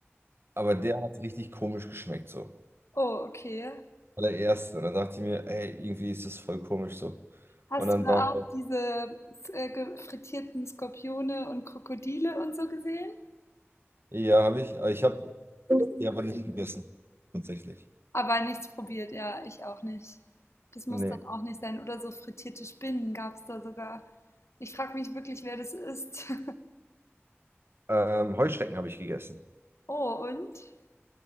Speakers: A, on the right; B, on the left.
A: Aber der hat richtig komisch geschmeckt, so.
B: Oh, okay.
A: Allererste. Und dann dachte ich mir, ey, irgendwie ist das voll komisch so.
B: Hast
A: Und dann
B: du da
A: war,
B: auch diese äh, ge- frittierten Skorpione und Krokodile und so gesehen?
A: ja, habe ich, aber ich habe, ja, aber nicht gegessen. Tatsächlich.
B: Aber nichts probiert, ja, ich auch nicht. Das muss
A: Nee.
B: dann auch nicht sein. Oder so frittierte Spinnen gab es da sogar. Ich frage mich wirklich, wer das ist. <laughs>
A: Ähm, Heuschrecken habe ich gegessen.
B: Oh, und?